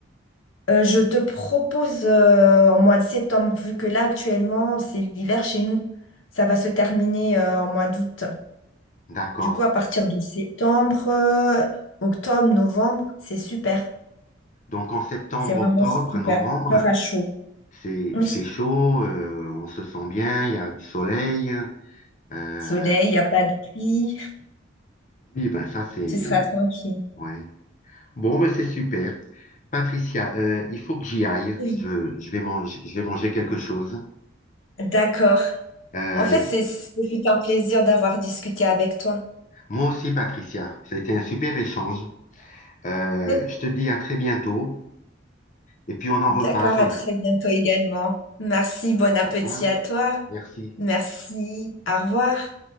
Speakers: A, on the left; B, on the left.
A: Euh, je te propose euh, en mois de septembre, vu que là actuellement c'est l'hiver chez nous. Ça va se terminer euh, en mois d'août.
B: D'accord.
A: Du coup, à partir de septembre, euh, octobre, novembre, c'est super.
B: Donc, en septembre,
A: C'est vraiment
B: octobre,
A: super.
B: novembre,
A: Peur à chaud.
B: c'est,
A: Oui,
B: il fait chaud, euh, on se sent bien, il y a du soleil. Euh,
A: soleil, il n'y a pas de pluie,
B: oui, ben ça, c'est...
A: tu seras tranquille.
B: Ouais. Bon, ben c'est super. Patricia, euh, il faut que j'y aille.
A: Oui.
B: Je, je vais manger, je vais manger quelque chose.
A: D'accord.
B: Euh,
A: En fait, c'est, ce fut un plaisir d'avoir discuté avec toi.
B: Moi aussi, Patricia. Ça a été un super échange. Euh,
A: <laughs>
B: je te dis à très bientôt et puis on en
A: D'accord,
B: reparle.
A: à très bientôt également. Merci, bon appétit
B: Au revoir.
A: à toi.
B: Merci.
A: Merci, au revoir.